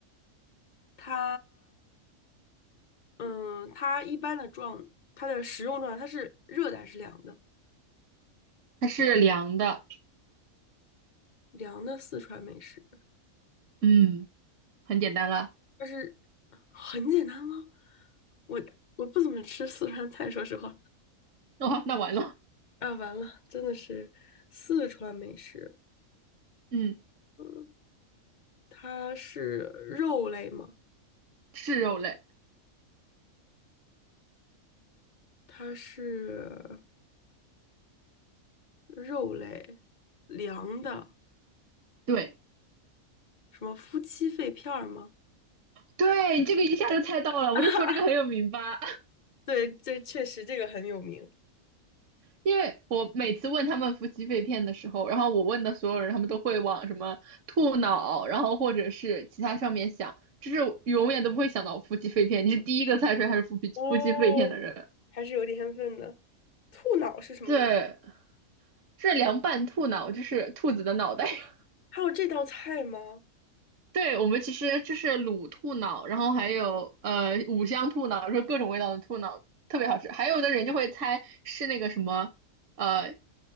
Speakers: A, on the left; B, on the right.
A: 它嗯，它一般的状，它的食用状态，它是热的还是凉的？
B: 它是凉的，
A: 凉的四川美食，
B: 嗯，很简单了。
A: 但是很简单吗？我我不怎么吃四川菜，说实话。
B: 哦，那完了，
A: 啊，完了，真的是四川美食。
B: 嗯，
A: 嗯，它是肉类吗？
B: 是肉类。
A: 它是肉类，凉的，
B: 对，
A: 什么夫妻肺片儿吗？
B: 对，你这个一下就猜到了，我就说这个很有名吧。
A: <laughs> 啊
B: <laughs>
A: 对，这确实这个很有名。
B: 因为我每次问他们夫妻肺片的时候，然后我问的所有人，他们都会往什么兔脑，然后或者是其他上面想，就是永远都不会想到夫妻肺片。你是第一个猜出来它是夫妻夫妻肺片的人。
A: 哦，还是有点天分的。兔脑是什么东西？
B: 对，是凉拌兔脑，就是兔子的脑袋。<laughs>
A: 还有这道菜吗？
B: 对，我们其实就是卤兔脑，然后还有呃五香兔脑，就是各种味道的兔脑，特别好吃。还有的人就会猜是那个什么呃